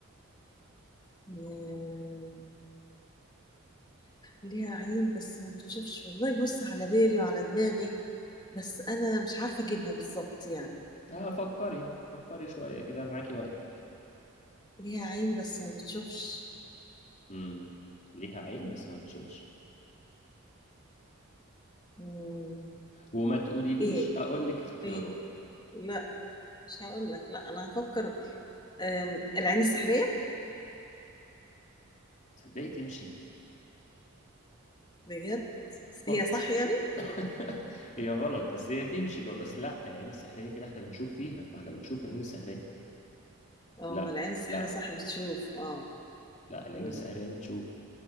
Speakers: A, on the left; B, on the left.
A: آه، ليها عين بس ما بتشوفش والله بص على بالي وعلى دماغي بس انا مش عارفه اجيبها بالظبط يعني
B: اه فكري فكري شويه كده معاكي وقتك
A: ليها عين بس ما بتشوفش
B: امم ليها عين بس ما بتشوفش
A: مم،
B: وما تقوليليش
A: ايه
B: اقول لك اختيارات
A: ايه لا مش هقول لك لا انا هفكر آم، العين السحريه
B: تصدقي تمشي
A: بجد
B: <laughs>
A: هي صح يعني
B: <laughs> هي غلط بس هي تمشي بقى بس لا العين السحرية كده احنا بنشوف فيها ما احنا بنشوف العين السحرية
A: اه
B: لا
A: العين السحريه
B: لا
A: صح بتشوف اه
B: لا العين
A: مم.
B: السحرية بتشوف